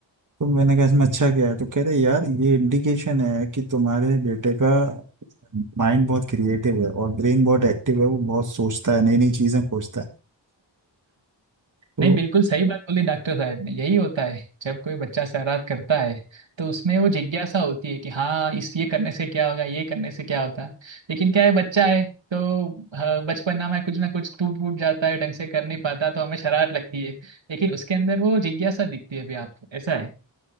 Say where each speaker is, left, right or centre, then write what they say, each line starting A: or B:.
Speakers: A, on the right; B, on the right.
A: तो मैंने कहा इसमें अच्छा क्या है तो कह रहे यार ये इंडिकेशन है कि तुम्हारे बेटे का माइंड बहुत क्रिएटिव है और ब्रेन बहुत एक्टिव है वो बहुत सोचता है नई नई चीज़ें खोजता है तो
B: नहीं बिल्कुल सही बात बोली डॉक्टर साहब ने यही होता है जब कोई बच्चा शरारत करता है तो उसमें वो जिज्ञासा होती है कि हाँ इस ये करने से क्या होगा ये करने से क्या होता है लेकिन क्या है बच्चा है तो हाँ, बचपना में कुछ ना कुछ टूट फूट जाता है ढंग से कर नहीं पाता तो हमें शरारत लगती है लेकिन उसके अंदर वो जिज्ञासा दिखती है अभी आपको ऐसा है